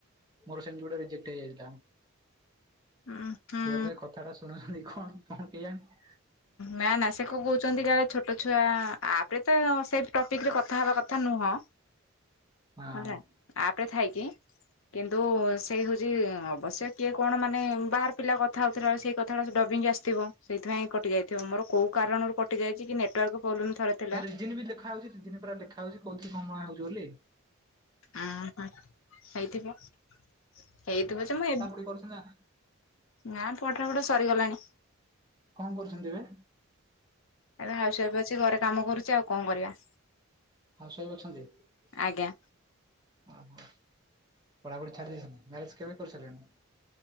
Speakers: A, on the right; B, on the left.
A: ମୋର ସେମତି ଗୋଟେ ରିଜେକ୍ଟ ହେଇଯାଇଥିଲା।
B: ହୁଁ ହୁଁ।
A: ସେ ବୋଧେ କଥା ଟା ଶୁଣୁଛନ୍ତି କଣ କଣ କେହି ଜାଣି
B: ନା ନା ସେ କଣ କହୁଛନ୍ତି କି ଛୋଟ ଛୁଆ ଆପରେ ତ ସେଇ ଟପିକ ରେ କଥା ହବା କଥା ନୁହଁ।
A: ହଁ
B: ହେଲା ଆପରେ ଥାଇ କିି କିନ୍ତୁ ସେଇ ହଉଛି ଅବଶ୍ୟ କିଏ କଣ ମାନେ ବାହାର ପିଲା କଥା ହଉଥିଲା ବେଳେ ସେ ସଥାଳୋ ସେ ଡବିଙ୍ଗ୍ ଆସିଥିବ, ସେଇଥିପାଇଁ କଟିଯାଇଥିବ ମୋର କେଉ କାରଣରୁ କଟିଯାଇଛି କି ନେଟୱାର୍କ ପ୍ରୋବ୍ଲେମ୍ ଥରେ ଥିଲା
A: ନା ରିଜିିନ ବି ଲେଖା ହଉଛିି ରିଜିିନ ପା ଲେଖା ହଉଛି କୋଉଥିରେ କଣ ମରାହାଉଛି ବୋଲି।
B: ଓ ହୋ ହେଇଥିବ ହେଇଥିବ ଯେ ମୁଁ ଏ
A: ପର୍ସନାଲ?
B: ନା ପଠା ପଢ଼ା ସରିଗଲାଣି।
A: କଣ କରୁଛନ୍ତି ଏବେ?
B: ହେଲେ ହାଉସୱାଇଫ୍ ଅଛି ଘରେ କାମ କରୁଛି ଆଉ କଣ କରିବା।
A: ହାଉସ୍ ୱଇଫ୍ ଅଛନ୍ତି?
B: ଆଜ୍ଞା
A: ଓହୋ, ପଢାପଢି ଛାଡି ଦେଇେଇଛନ୍ତି ମ୍ୟାରେଜ କେବେ? କରିସାରିଲେଣି?